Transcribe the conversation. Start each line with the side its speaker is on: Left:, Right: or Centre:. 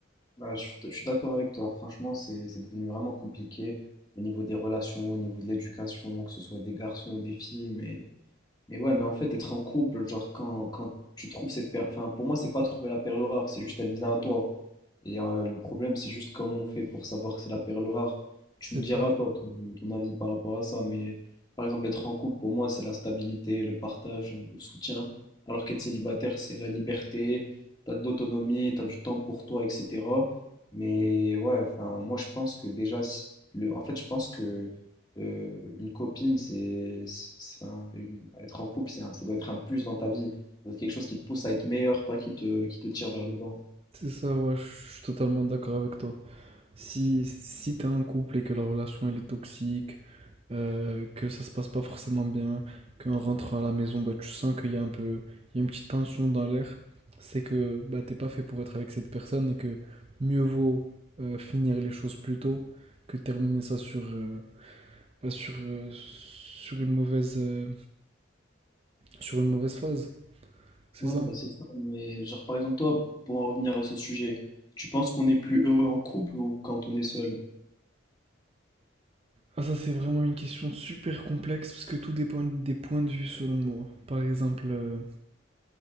Left: Bah, je suis, je suis d'accord avec toi, franchement, c'est, c'est devenu vraiment compliqué au niveau des relations, au niveau de l'éducation, que ce soit des garçons ou des filles, mais Mais ouais, mais en fait, être en couple, genre quand, quand tu trouves cette perle, enfin pour moi, c'est pas trouver la perle rare, c'est juste elle vient à toi. Et euh, le problème, c'est juste comment on fait pour savoir que c'est la perle rare. Tu
Right: C'est
Left: me diras,
Right: ça.
Left: toi, ton, ton avis par rapport à ça, mais par exemple, être en couple, pour moi, c'est la stabilité, le partage, le soutien, alors qu'être célibataire, c'est la liberté, t'as de l'autonomie, t'as du temps pour toi, etc. Mais ouais, enfin, moi, je pense que déjà, si- le, en fait, je pense que euh, une copine, c'est, c'est- c'est- enfin, une- être en couple, c'est un- ça doit être un plus dans ta vie. Ça doit être quelque chose qui te pousse à être meilleur, pas qui te, qui te tire vers le bas.
Right: C'est ça, ouais, je suis totalement d'accord avec toi. Si, si t'es en couple et que la relation elle est toxique, euh, que ça se passe pas forcément bien, qu'en rentrant à la maison, bah, tu sens qu'il y a un peu, il y a une petite tension dans l'air, c'est que bah, t'es pas fait pour être avec cette personne et que mieux vaut euh, finir les choses plus tôt que terminer ça sur, euh, bah, sur, euh, sur une mauvaise, euh, sur une mauvaise phase. C'est
Left: Ouais,
Right: ça?
Left: bah c'est ça, mais genre par exemple toi, pour en revenir à ce sujet, tu penses qu'on est plus heureux en couple ou quand on est seul?
Right: Ah, ça, c'est vraiment une question super complexe parce que tout dépend des points de vue selon moi. Par exemple, euh,